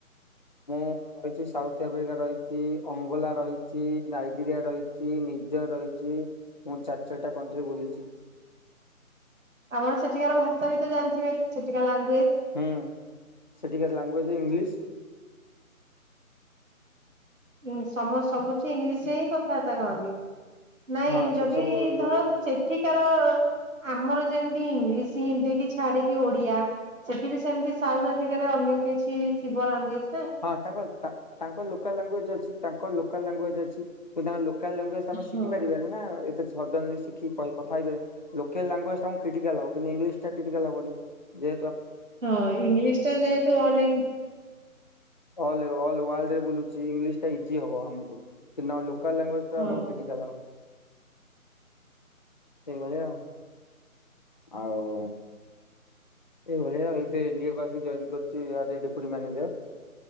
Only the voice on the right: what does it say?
ଆପଣ ସେଠିକାର ଭାଷା ବି ତ ଜାଣିଥିବେ ସେଠିକା ଲାନ୍
ଉଁ ସମସ୍ତ ସବୁଠି ଇଂଲିଶ ରେ ହିଁ କଥାବାର୍ତ୍ତା କରନ୍ତି। ନାଇଁ
ଯଦି
ଧର ସେଠିକାର ଆମର ଯେମିତି ଇଂଲିଶ, ହିନ୍ଦୀ କି ଛାଡିକି ଓଡିଆ। ସେଠି ବି ସେମିତି ସାଉଥ ଆଫ୍ରିକାରେ ଅ ଲଗା କିଛି ଥିବ ଲାନଗୁଏଜ୍?
ହଁ
ହଁ, ଇଂଲିଶ ଟା ଯେହେତୁ ଅଲ ଇନ୍
ହଁ